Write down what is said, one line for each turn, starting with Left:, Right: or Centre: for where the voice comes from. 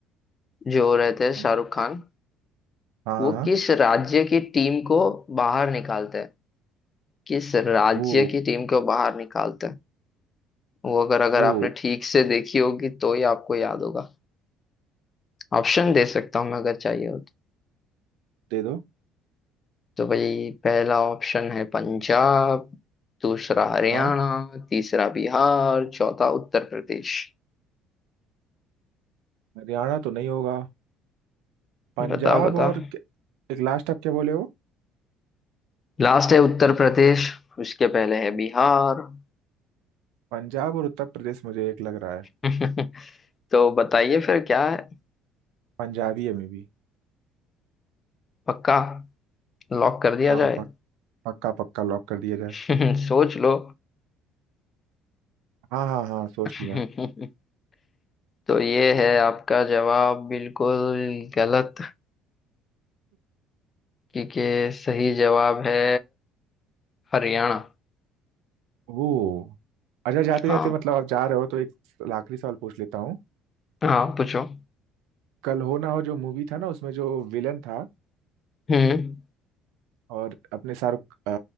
Left: जो रहते हैं
Right: हाँ
Left: शाहरुख खान
Right: हाँ
Left: वो
Right: हाँ,
Left: किस राज्य की टीम को बाहर निकालते हैं किस राज्य
Right: वो
Left: की टीम को बाहर निकालते हैं वो अगर अगर
Right: वो
Left: आपने ठीक से देखी होगी तो ही आपको याद होगा ऑप्शन दे सकता हूँ मैं अगर चाहिए हो तो
Right: दे दो
Left: तो भाई पहला ऑप्शन है पंजाब दूसरा हरियाणा
Right: हाँ
Left: तीसरा बिहार चौथा उत्तर प्रदेश
Right: हरियाणा तो नहीं होगा पंजाब
Left: बताओ बताओ
Right: और क- एक लास्ट आप क्या बोले हो
Left: लास्ट है उत्तर प्रदेश उसके पहले है बिहार
Right: पंजाब और उत्तर प्रदेश मुझे एक लग रहा है
Left: <laughs> तो बताइए फिर क्या है
Right: पंजाबी है मे भी
Left: पक्का लॉक कर दिया
Right: हाँ
Left: जाए
Right: पक, पक्का पक्का लॉक कर दिया जाए
Left: <laughs> सोच लो
Right: हाँ हाँ हाँ सोच
Left: <laughs>
Right: लिया
Left: तो ये है आपका जवाब बिल्कुल गलत क्योंकि सही जवाब है हरियाणा
Right: ओ अच्छा जाते
Left: हाँ
Right: जाते मतलब आप जा रहे हो तो एक आखिरी सवाल पूछ लेता हूँ
Left: हाँ पूछो
Right: कल हो ना हो जो मूवी था ना उसमें जो विलन था
Left: हम्म
Right: और अपने शाहरुख अ,